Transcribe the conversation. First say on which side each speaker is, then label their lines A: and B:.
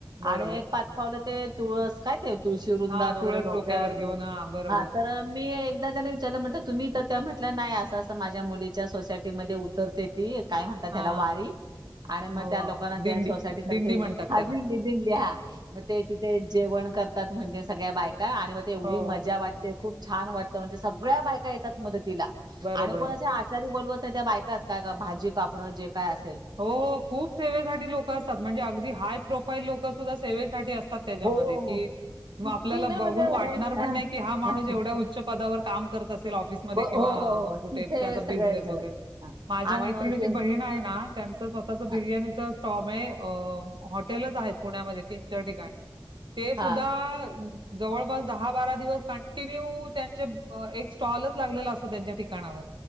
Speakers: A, on the right (about 85°); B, on the right (about 60°).
A: बरोबर.
B: आणि अरे पाच पावलं ते तुळस कायं ते तुळशी वुंदान
A: हा
B: वगैरें
A: तुळस
B: डोकं.
A: डोक्यावर
B: घर
A: घेऊन बरोबर
B: हा <unintelligible> तर मी एकदा त्याने विचारलं म्हटलं तुम्ही तरं त्यां म्हटलं नाही असं असं माझ्यां मुलीच्या सोसायटीमंध्ये उतरते ती. कायं म्हणतात
A: हा
B: त्यांला वारी? आणि मग
A: हो
B: त्या
A: हो.
B: लोकांना
A: दिंडी
B: त्या सोसायटी तर्फे
A: दिंडी म्हणतात
B: हा
A: त्याला
B: दिंडी दिंडी हा, मग ते ते जेवण करतात म्हणज सगळ्या बायका आणि मग तेवढी
A: हो
B: मजा वाट ते खूप छान वाटतं. म्हणजे सगळ्यां बायकां येतात मदतीला
A: बरोबर
B: आणि कोणं असे आ आचारी बोलवत नाही त्या बायकात काय भाजी कापणं जे काय अस
A: हो हो खूप सेवेसाठी लोक असतात. म्हणजे अगदी हाय प्रोफाईल लोक सुद्धा सेवेसाठी असतात. त्याच्यामध्ये
B: हो,
A: की
B: हो. किती
A: आपल्याला
B: नाही
A: बघून
B: म्हणजे
A: वाटणार
B: हेच हां.
A: पण नाही, कि हा माणूस
B: हो,
A: एवढ्या उचच पदावर काम करत असेल ऑफि
B: हो,
A: किंवा
B: हो.
A: कुठे
B: तिथे
A: त्या
B: सगळं
A: बिझनेस
B: हे केलं.
A: वगैरे
B: हां.
A: माझ्या
B: आणि
A: मैत्रिची
B: मग ते
A: बहीण आहे ना. त्यांच स्वतःच बिर्याणीचा
B: हां,
A: स्टॉम आहे, हॉटेलच आहेत पुण्यामध्ये तीन चार ठिकाणी. <inaudible> ते सुद्धा
B: हां,
A: जवळपास दहा बारा दिवस कंटिन्यू त्यांचे अ एक स्टॉलच लागलेला असतो त्यांच्या ठिकाणावर